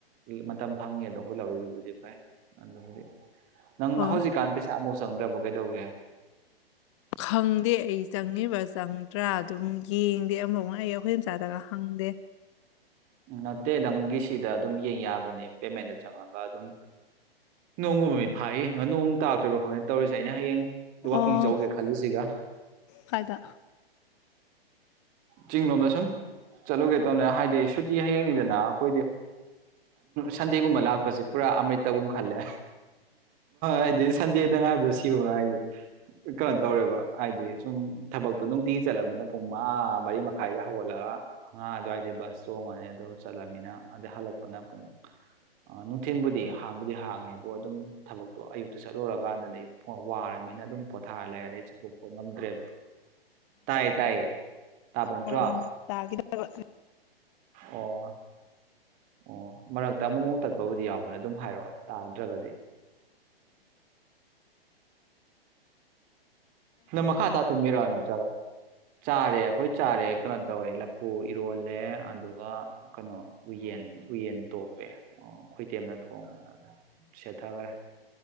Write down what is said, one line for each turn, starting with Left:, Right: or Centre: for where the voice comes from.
Right: ꯃꯇꯝ ꯐꯪꯉꯦꯗꯣ ꯍꯈꯣꯏ ꯂꯧꯔꯤꯗꯨ ꯖꯤ ꯄꯥꯏ ꯑꯗꯨꯗꯕꯨꯗꯤ ꯅꯪ
Left: ꯍꯣꯏ
Right: ꯍꯧꯖꯤꯛꯀꯥꯟ ꯄꯩꯁꯥ ꯑꯃꯨ ꯆꯪꯗ꯭ꯔꯕ ꯀꯩꯗꯧꯒꯦ
Left: ꯈꯪꯗꯦ ꯑꯩ ꯆꯪꯉꯤꯕ ꯆꯪꯗ꯭ꯔꯥ ꯑꯗꯨꯝ ꯌꯦꯡꯗꯦ ꯑꯃꯐ ꯑꯩ ꯑꯩꯈꯣꯏ ꯃꯆꯥꯗꯒ ꯈꯪꯗꯦ
Right: ꯅꯠꯇꯦ ꯅꯪꯒꯤ ꯁꯤꯗ ꯑꯗꯨꯝ ꯌꯕ ꯃꯅꯦ ꯄꯦꯃꯦꯟꯗ ꯆꯉ ꯀ ꯑꯗꯨꯝ ꯅꯣꯡꯒ ꯃꯃꯤꯠ ꯐꯥꯛꯏ ꯅꯣꯡ ꯇꯥꯛꯇꯣꯏꯕ ꯈꯪꯗ ꯇꯧꯔꯤꯁꯦ ꯑꯩꯅ ꯍꯌꯦꯡ ꯋꯥꯛꯀꯤꯡ
Left: ꯑꯣ
Right: ꯆꯧꯒꯦ ꯈꯜꯂꯤꯁꯤꯒ
Left: ꯀꯥꯏꯗ
Right: ꯆꯤꯡꯂꯣꯝꯗ ꯁꯨꯝ ꯆꯠꯂꯨꯒꯦ ꯇꯧꯅꯦ ꯍꯥꯏꯗꯤ ꯁꯨꯇꯤ ꯍꯌꯦꯡꯅꯤꯗꯅ ꯑꯩꯈꯣꯏꯗꯤ ꯁꯟꯗꯦꯒꯨꯝꯕ ꯂꯥꯛꯄꯁꯤꯦ ꯄꯨꯔꯥ ꯑꯃ꯭ꯔꯤꯠꯇꯒꯨꯝ ꯈꯜꯂꯦ ꯍꯥꯏꯗꯤ ꯁꯟꯗꯦꯗ ꯉꯥꯏꯕꯗ ꯁꯤꯕ ꯍꯥꯏꯗꯤ ꯀꯩꯅꯣ ꯇꯧꯔꯦꯕ ꯍꯥꯏꯗꯤ ꯁꯨꯝ ꯊꯕꯛꯇꯣ ꯅꯨꯡꯇꯤꯒꯤ ꯆꯠꯂꯅꯤꯅ ꯄꯨꯡ ꯃꯉꯥ ꯃꯔꯤ ꯃꯈꯥꯏꯗꯦ ꯍꯧꯒꯠꯂꯒ ꯑꯉꯥ ꯑꯗꯨꯋꯥꯏꯗ ꯕꯁ ꯆꯣꯡꯉꯅꯤ ꯑꯗꯣ ꯆꯠꯂꯅꯤꯅ ꯑꯗꯩ ꯍꯜꯂꯛꯄꯅ ꯄꯨꯡ ꯅꯨꯡꯊꯤꯤꯟꯕꯨꯗꯤ ꯍꯥꯡꯕꯨꯗꯤ ꯍꯥꯡꯉꯦꯕꯨ ꯑꯗꯨꯝ ꯊꯕꯛꯇꯣ ꯑꯌꯨꯛꯇ ꯆꯠꯂꯨꯔꯀꯥꯟꯗꯗꯤ ꯄꯨꯡ ꯋꯥꯔꯅꯤꯅ ꯑꯗꯨꯝ ꯊꯥꯜꯂꯦ ꯑꯩ ꯆꯥꯛꯊꯣꯛꯄ ꯉꯝꯗ꯭ꯔꯦꯕ ꯇꯥꯏ ꯇꯥꯏꯌꯦ ꯇꯥꯕ ꯅꯠꯇ꯭ꯔꯣ
Left: ꯍ ꯀꯔ
Right: ꯑꯣ ꯑꯣ ꯃꯔ ꯇꯃꯥꯎ ꯇꯛꯄꯕꯨ ꯌꯥꯎꯏ ꯇꯅ ꯑꯗꯨꯝ ꯍꯥꯏꯔꯛꯑꯣ ꯇꯥꯗ꯭ꯔꯒꯗꯤ ꯅ ꯃꯈ ꯃꯈꯥ ꯊꯥ ꯊ ꯃꯔ ꯋꯥ ꯅ ꯆ ꯆꯥꯔꯦ ꯑꯩꯈꯣꯏ ꯆꯥꯔꯦ ꯀꯩꯅꯣ ꯇꯧꯋꯦ ꯂꯐꯨ ꯏꯔꯣꯜꯂꯦ ꯑꯗꯨꯒ ꯀꯩꯅꯣ ꯎꯌꯦꯟ ꯎꯌꯦꯟ ꯇꯣꯛꯞꯄꯦ ꯑꯣ ꯈꯣꯏꯇꯦꯝꯗ ꯊꯣꯡꯉꯦ ꯁꯦꯠꯊꯈꯔꯦ